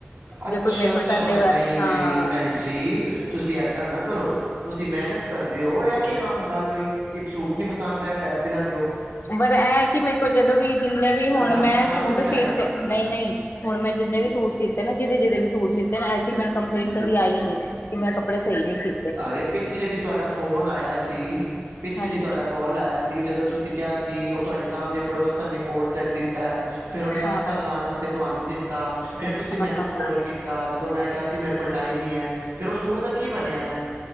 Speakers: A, on the right (about 75°); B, on the left (about 55°).
A: ਅੱਛਾ-ਅੱਛਾ,
B: ਜੇ ਕੋਈ ਮੇਰੇ ਕੋਲ ਪਹਿਲੇ ਵਾਰ
A: ਨਈ-ਨਈ
B: ਹਾਂ
A: ਭੈਣ ਜੀ, ਤੁਸੀਂ ਐਦਾਂ ਨਾ ਕਰੋ ਤੁਸੀਂ ਮੈਨਤ ਕਰਦੇ ਓ, ਏ ਕੀ ਕੰਮ ਗੱਲ ਹੋਈ ਕਿ ਸੂਟ ਨੀ ਪਸੰਦ ਆਏ ਪੈਸੇ ਨਾ ਦੇਓ।
B: ਪਰ ਐ ਕਿ ਮੇਰ ਕੋਲ ਜਦੋਂ ਵੀ ਜਿੰਨੇ ਵੀ ਹੋਣ
A: ਬਈ ਸਾਨੂੰ
B: ਮੈਂ
A: ਪਸੰਦ
B: ਸੂਟ
A: ਨਹੀਂ ਆਇਆ
B: ਸੀਤੇ, ਨਈ-ਨਈ ਹੁਣ ਮੈਂ ਜਿੰਨੇ ਵੀ ਸੂਟ ਸੀਤੇ ਨਾ ਜਿਹਦੇ-ਜਿਹਦੇ ਵੀ ਸੂਟ ਸੀਤੇ ਐਸੀ ਮੈਨੂੰ ਕੰਪਲੇਂਟ ਕਦੀ ਆਈ ਨੀ। ਕਿ ਮੈਂ ਕੱਪੜੇ ਸਈ ਨੀ ਸੀ
A: ਅਰੇ ਪਿੱਛੇ ਜੀ ਤੁਹਾਡਾ ਫੋਨ ਆਇਆ ਸੀ, ਪਿੱਛੇ
B: ਹਾਂਜੀ
A: ਜੀ ਤੁਹਾਡਾ ਕੋਲ ਆਇਆ ਸ ਸੀ ਜਦੋਂ ਤੁਸੀਂ ਕਿਹਾ ਸੀ, ਉਹ ਤੁਹਾਡੇ ਸਾਹਮਣੇ ਪੜੋਸਨ ਨੇ ਕੋਟ ਸੈੱਟ ਸੀਤਾ। ਫੇਰ ਓਹਨੇ
B: ਹਾਂ
A: ਅਸਤਰ ਲਾਣ ਵਾਸਤੇ ਤੁਹਾਨੂੰ ਦਿੱਤਾ, ਫੇਰ ਤੁਸੀਂ
B: ਹਾਂ
A: ਮੈਨੂੰ ਕੋਲ ਕੀਤਾ ਜਦੋਂ ਮੈਂ ਕੇਆ ਸੀ ਮੇਰੇ ਕੋਲ ਟਾਈਮ ਨੀ ਐ, ਫੇਰ ਓ ਸੂਟ ਦਾ ਕੀ ਬਨੇਆ ਐ?